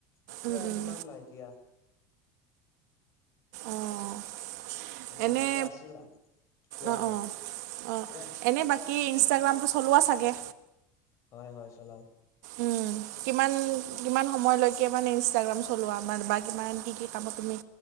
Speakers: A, on the left; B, on the right.
A: এতিয়া
B: উম, উম।
A: সিমান নাই দিয়া।
B: অ',
A: মানে
B: এনে
A: আগতে আছিল কোৱা
B: অ',
A: কোৱা
B: অ', অ',
A: কোৱা
B: এনে বাকী কি ইনষ্টাগ্ৰামটো চলোৱা চাগে?
A: হয় - হয় চলাও।
B: উম, কিমান - কিমান সময়লৈকে মানে ইনষ্টাগ্ৰাম চলোৱা? বান বা কিমান কি - কি কামত তুমি